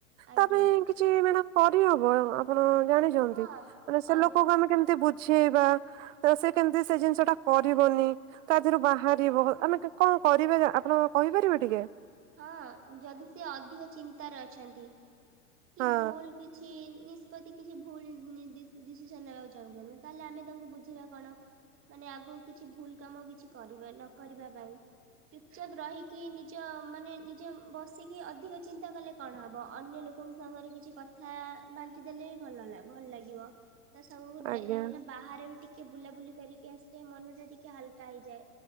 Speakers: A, on the right; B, on the right.
A: ଆଜ୍ଞା
B: ତା ପାଇଁ କିଛି ମଡ କରିହବ ଆପଣ ଜାଣିଛନ୍ତି
A: ହଁ
B: ମାନେ ସେ
A: ଅଧି
B: ଲୋକଙ୍କୁ ଆମେ କେମତି ସେଇବା ରୋଷେଇ କେମିତି ସେ ଜିନିଷ ଟା କରିବନି, ତା ଦେହରୁ ବାହାରିବ ଆମେ କଣ କର ଆପଣ କହିପାରିବ ଟିକେ।
A: ହଁ ଯଦି ସିଏ ଅଧିକ ଚିନ୍ତାରେ ଅଛନ୍ତି। କି
B: ହଁ
A: ଭୁଲୁ କିଛି ନି ଯଦି କିଛି ଭୁଲୁ ଡି- ଡିସିସନ ନେବାକୁ ଚାହୁଁଛନ୍ତି, ତାହେଲେ ଆମେ ତାଙ୍କୁ ବୁଝିବା କଣ? ମାନେ ଆଗକୁ କିଛି ଭୁଲ କାମ କିଛି ନ କରିବା ପାଇଁ ଚାପ ରହିକି ନିଜ ମାନେ ନିଜେ ବସିକି ଅଧିକ ଚିନ୍ତା କଲେ କଣ ହବ, ଅନ୍ୟ ଲୋକଙ୍କ ସାଙ୍ଗରେ କିଛି କଥା ବାଣ୍ଟି ଦେଲେ ବି ଭଲା -ଭଲ ଲାଗିବ। ତ ସବୁ ଯାଇକିନା
B: ଆଜ୍ଞା
A: ବାହାରେ ବି ଟିକେ ଟିକେ ବୁଲାବୁଲି କରିକି ଆସିଲେ ମନ ଟିକେ ହାଲକା ହେଇଯାଏ,